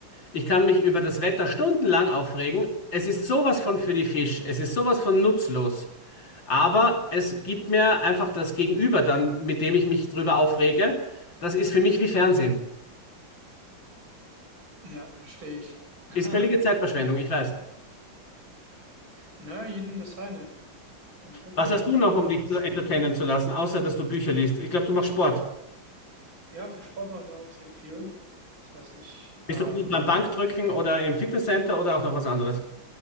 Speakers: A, on the left (about 65°); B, on the right (about 75°).
A: Ich kann mich über das Wetter stundenlang aufregen. Es ist sowas von für die Fisch. Es ist sowas von nutzlos. Aber es gibt mir einfach das Gegenüber dann, mit dem ich mich drüber aufrege. Das ist für mich wie Fernsehen.
B: Ja, verstehe ich. <laughs>
A: Ist völlige Zeitverschwendung, ich weiß.
B: Na, jedem das seine. Ähm, Opi,
A: Was
B: was
A: hast du
B: mich
A: noch,
B: auch mal
A: um
B: interessiert.
A: dich zu entertainen zu lassen, außer dass du Bücher liest? Ich glaube, du machst Sport.
B: Ja, für Sport mache ich auch extrem viel. Das heißt, ich,
A: Bist
B: ähm,
A: du gut beim Bankdrücken oder im Fitnesscenter oder auch noch was anderes?